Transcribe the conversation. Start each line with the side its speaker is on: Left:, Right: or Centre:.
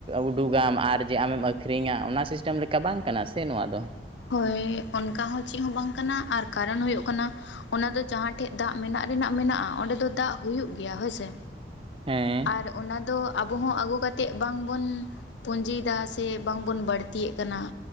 Right: ᱩᱰᱩᱠᱟᱢ ᱟᱨ ᱡᱮ ᱟᱢᱮᱢ ᱟᱹᱠᱷᱨᱤᱧᱟ ᱚᱱᱟ ᱥᱤᱥᱴᱮᱢ ᱥᱤᱥᱴᱚᱢ ᱞᱮᱠᱟ ᱵᱟᱝ ᱠᱟᱱᱟ ᱥᱮ ᱱᱚᱣᱟ ᱫᱚ
Left: ᱦᱳᱭ ᱚᱱᱠᱟ ᱦᱚᱸ ᱪᱮᱫ ᱦᱚᱸ ᱵᱟᱝ ᱠᱟᱱᱟ ᱟᱨ ᱠᱟᱨᱚᱱ ᱦᱩᱭᱩᱜ ᱠᱟᱱᱟ ᱚᱱᱟ ᱫᱚ ᱡᱟᱦᱟᱸᱭ ᱴᱷᱮᱡ ᱫᱟᱜ ᱢᱮᱱᱟᱜ ᱨᱮᱱᱟᱜ ᱢᱮᱱᱟᱜᱼᱟ ᱚᱸᱰᱮ ᱫᱚ ᱫᱟᱜ ᱦᱩᱭᱩᱜ ᱜᱮᱭᱟ ᱦᱳᱭᱥᱮ
Right: ᱦᱮᱸ
Left: ᱟᱨ ᱚᱱᱟ ᱫᱚ ᱟᱵᱚ ᱦᱚᱸ ᱟᱹᱜᱩ ᱠᱟᱛᱮᱫ ᱵᱟᱝᱵᱚᱱᱼᱼ ᱯᱩᱸᱡᱤᱭᱮᱫᱟ ᱥᱮ ᱵᱟᱝᱵᱳᱱ ᱵᱟᱹᱲᱛᱤᱭᱮᱫ ᱠᱟᱱᱟ